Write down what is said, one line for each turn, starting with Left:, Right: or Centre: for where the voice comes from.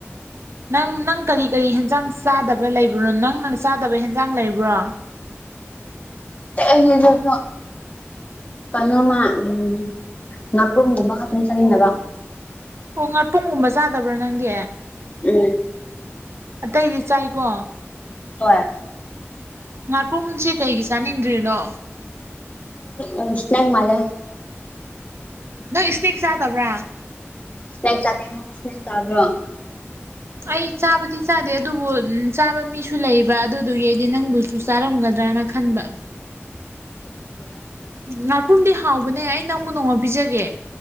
Right: ꯅꯪ ꯅꯪ ꯀꯔꯤ ꯀꯔꯤ ꯍꯦꯟꯖꯥꯡ ꯆꯥꯗꯕ ꯂꯩꯕꯅꯣ ꯅꯪ ꯅꯪꯅ ꯆꯥꯗꯕ ꯍꯦꯟꯖꯥꯡ ꯂꯩꯕ꯭ꯔꯣ
Left: ꯑ ꯂꯁꯨ ꯀꯜꯣ ꯃꯥ ꯎ ꯉꯄ꯭ꯔꯒꯨꯝꯕꯥ ꯈꯞꯅꯤ ꯆꯅꯤ ꯅꯕ
Right: ꯍꯣꯡ ꯄꯨꯡꯒꯨꯝꯕ ꯆꯥꯗꯕ꯭ꯔꯥ ꯅꯪꯗꯤ
Left: ꯎꯝ
Right: ꯑꯇꯩꯗꯤ ꯆꯥꯏꯀꯣ
Left: ꯍꯣꯏ
Right: ꯉꯥꯄꯨꯝꯁꯦ ꯀꯩꯒꯤ ꯆꯥꯅꯤꯡꯗ꯭ꯔꯤꯅꯣ
Left: ꯎꯝ ꯅꯪ ꯃꯥꯂꯦ
Right: ꯅꯪ ꯏꯁꯅꯦꯛ ꯆꯥꯗꯕ꯭ꯔꯥ
Left: ꯁ꯭ꯁꯥꯇ꯭ꯁꯕ꯭ꯔꯣ
Right: ꯑꯩ ꯆꯥꯕꯗꯤ ꯆꯥꯗꯦ ꯑꯗꯨꯕꯨ ꯆꯥꯕ ꯃꯤꯁꯨ ꯂꯩꯕ ꯑꯗꯨꯗꯨꯒꯤ ꯑꯩꯗꯤ ꯅꯪꯕꯨꯁꯨ ꯆꯥꯔꯝꯒꯗ꯭ꯔꯥꯅ ꯈꯟꯕ ꯉꯥꯔꯄꯨꯝꯗꯤ ꯍꯥꯎꯕꯅꯦ ꯑꯩ ꯅꯪꯕꯨ ꯅꯣꯡꯉꯥ ꯄꯤꯖꯒꯦ